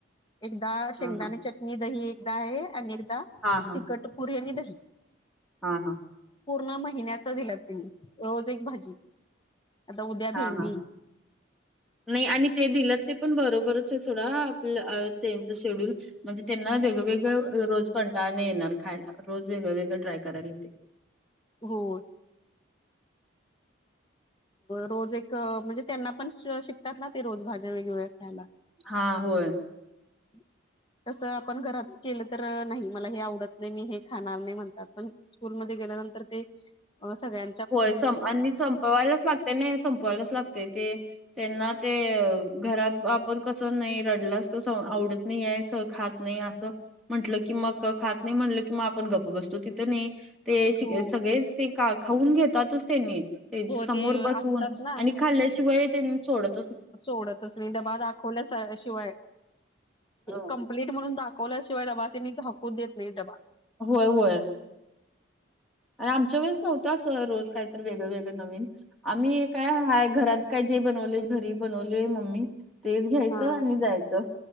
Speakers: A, on the left; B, in the centre.
A: एकदा
B: हां,
A: शेंगदाणे
B: हां,
A: चट णी दही एकदा आहे आणि एकदा
B: हां,
A: तखटपुरी आणि दही.
B: हा हा.
A: पूर्ण महिन्याच दिल्यात त्यांनी रोज एक भाजी. आता उद्या
B: हा
A: भेंडी
B: हा नाही आणि ते दिलं ते पण बरोबरच आहे सोडा आपलं त्यांच शेड्यूल. म्हणजे त्यांना वेगवेगळं रोज कंटाळने येणार खायला रोज वेगवेगळं ट्राय करायला येतं.
A: हो रोज एक म्हणजे त्यांना पण शिकतात ना ते रोज भाज्या वेगवेगळ्या खायला.
B: हा होय.
A: <inaudible> तसं आपण घरात केलं तर नाही मला हे आवडत नाही मी हे खाणार नाही म्हणतात. पण स्कूलमध्ये गेल्यानंतर ते सगळ्यां
B: होय सं आणि संपवायलाच लागत नाही संपवायलाच लागतेय ते. त्यांना ते घरात आपण कस नाही रडलंस आवडत नाही आहे स खात नाही असं. म्हटलं की मग खात नाही म्हटलं कि मग आपण गप्प बसतो तिथं नाही. ते
A: हो
B: सगळे ते खाऊन घेतातच त्यांनी
A: हो
B: समोर
A: ते
B: बसून
A: असतात ना
B: आणि खाल्याशिवाय त्यांनी सोडत
A: सोडतच नाही डबा दाखवल्या शिवाय
B: हं.
A: कंप्लीट म्हणून दा खवल्याशिवाय त्याने डब्बा झाकू देत नाही डबा.
B: होय होय. आणि आमच्या वेळेस नव्हतं अस रोज काही तर वेगळं वेगळं नवीन. आम्ही काय हाय घरात काय जे बनवले घरी बनवले मम्मी तेच घ्यायचं
A: हा
B: आणि जायचं